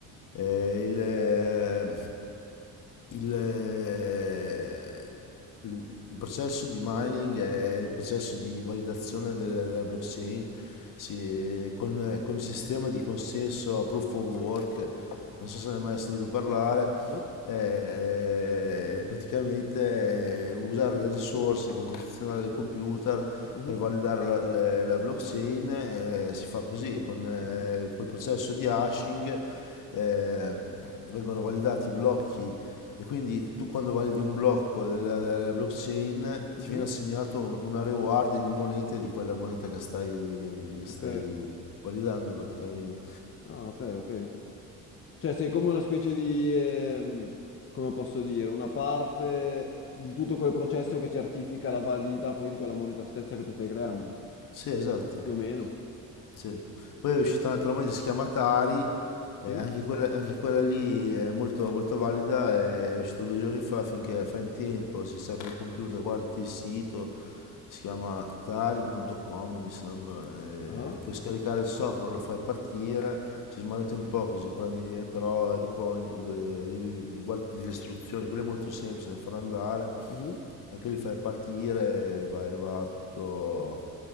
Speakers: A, on the left; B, on the left.
A: Eh, il, eh, il, eh, il- il processo di mining è il processo di validazione delle- della blockchain si- con, con il sistema di consenso proof of work, non so se ne hai mai sentito parlare,
B: No?
A: eh, praticamente eh, usare le risorse computazionali del computer
B: Mhm,
A: per validare la, le- la blockchain eh, si fa così con, eh,
B: Ok.
A: col processo di hashing eh, vengono validati i blocchi e quindi tu quando validi un blocco della, della blockchain
B: Mhm.
A: ti viene assegnato un- una reward in monete di quella moneta che stai, che
B: Ok,
A: stai validando praticamente.
B: ah, ok, ok. Cioè sei come una specie di, ehm, come posso dire, una parte di tutto quel processo che certifica la validità poi di quella moneta stessa che tu stai creando,
A: Sì, esatto.
B: più o meno,
A: Sì. Poi è uscita un'altra moneta, si chiama Tari,
B: sì?
A: eh, anche quella, anche quella lì è molto, molto valida, eh, è uscita due giorni fa, finché fai in tempo, se sei col computer guardi il sito, si chiama tari.com mi sembra, eh,
B: Ah,
A: puoi scaricare il software, lo fai partire, ci smanetti un po' così, prendi, eh, però eh, dopo ogni- due- devi- devi- guardati le istruzioni, quello è molto semplice da far andare,
B: mhm.
A: anche lì fai partire e va, e va tutto